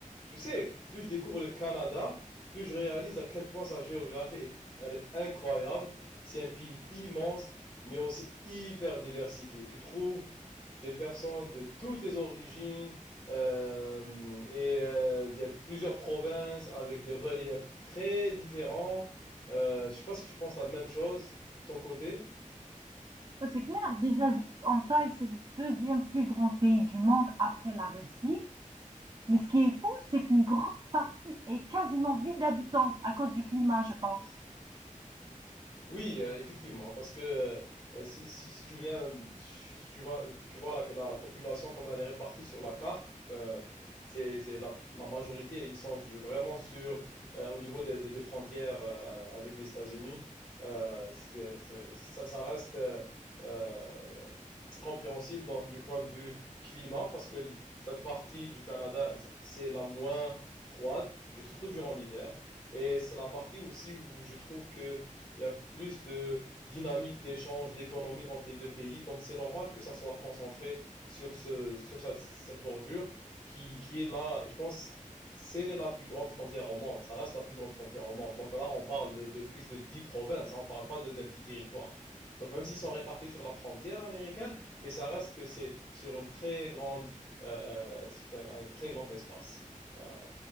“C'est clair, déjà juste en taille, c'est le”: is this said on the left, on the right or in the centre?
Right